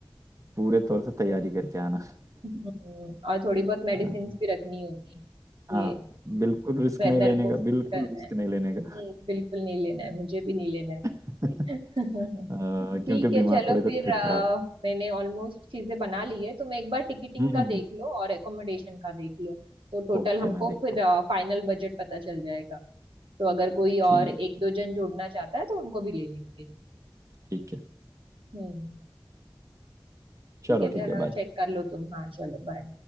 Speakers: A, on the right; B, on the right.
A: पूरे तौर से तैयारी करके आना
B: हम्म, और थोड़ी बहुत मेडिसिन
A: हाँ
B: भी रखनी होगी ये
A: हाँ, बिल्कुल रिस्क
B: वेदर
A: नहीं लेने
B: को
A: का
B: सूट
A: बिल्कुल
B: करना
A: रिस्क
B: है
A: नहीं लेने
B: हम्म,
A: का
B: बिल्कुल नहीं लेना है मुझे भी नहीं लेना
A: <laughs>
B: है <laughs>
A: अ, क्योंकि
B: ठीक है
A: बीमार
B: चलो
A: पड़े तो
B: फिर
A: ट्रिप
B: अ,
A: खराब
B: मैंने ऑलमोस्ट चीजें बना ली है तुम एक बार टिकटिंग
A: हम्म
B: का देख लो और एकोमोडेशन का देख लो तो टोटल
A: ओके
B: हमको
A: मैं देखता
B: फिर
A: हूँ
B: फाइनल बजट पता चल जाएगा तो अगर कोई
A: ठीक
B: और एक दो जन जोड़ना चाहता है तो उनको भी ले लेंगे
A: ठीक है
B: हम्म
A: चलो
B: ठीक है जरा
A: ठीक है बाय
B: चेक कर लो तुम हाँ चलो बाय